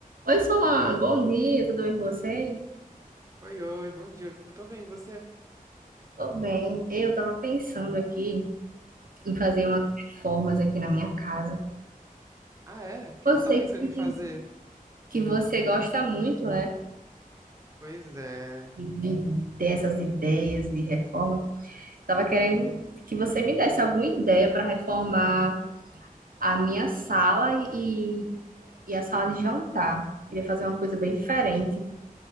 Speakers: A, on the right; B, on the right.
A: Oi, Solano, bom dia, tudo bem com você?
B: Oi, oi, bom dia. Eu tô bem, e você?
A: Tô bem. Eu tava pensando aqui em fazer
B: Ah,
A: umas reformas aqui na minha casa.
B: ah é? O que
A: Eu
B: que
A: sei
B: você tá pensando
A: que,
B: em fazer?
A: que você gosta muito, né,
B: Pois é.
A: de, dessas ideias de reforma. Tava querendo que você me desse alguma ideia para reformar a minha sala e, e a sala de jantar. Queria fazer uma coisa bem diferente.